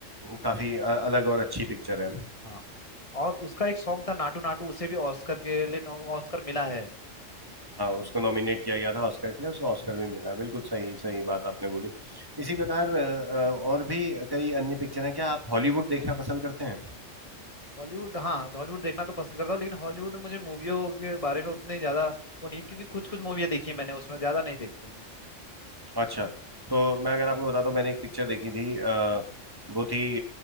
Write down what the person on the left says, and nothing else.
हाँ और उसका एक सॉन्ग था नाटू नाटू उसे भी ऑस्कर के लिए नो- ऑस्कर मिला है
हॉलीवुड हाँ हॉलीवुड देखना तो पसंद करता हूँ लेकिन हॉलीवुड में मुझे मूवियों के बारे में उतने ज्यादा वो नहीं क्योंकि कुछ कुछ मूवियाँ देखी है मैंने उसमें ज्यादा नहीं देखी है